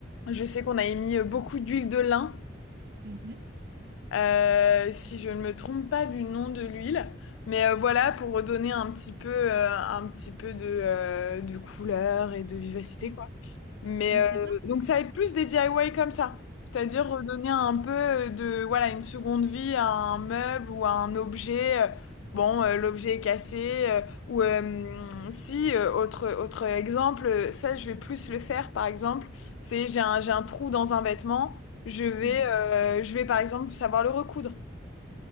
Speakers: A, on the left; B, on the right.
A: je sais qu'on avait mis euh, beaucoup d'huile de lin
B: Mhm.
A: euh, si je ne me trompe pas du nom de l'huile. Mais euh, voilà, pour redonner un petit peu, euh, un petit peu de, euh, de couleur et de vivacité,
B: Mm.
A: quoi. Mais
B: Mais c'est
A: euh,
B: bien.
A: donc ça va être plus des DIY comme ça, c'est-à-dire redonner un peu de voilà une seconde vie à un meuble ou à un objet. euh, Bon, euh, l'objet est cassé euh, ou euh, si euh, autre autre exemple, euh, ça je vais plus le faire par exemple, c'est j'ai un j'ai un trou dans un vêtement, je vais
B: Mhm.
A: euh, je vais par exemple savoir le recoudre.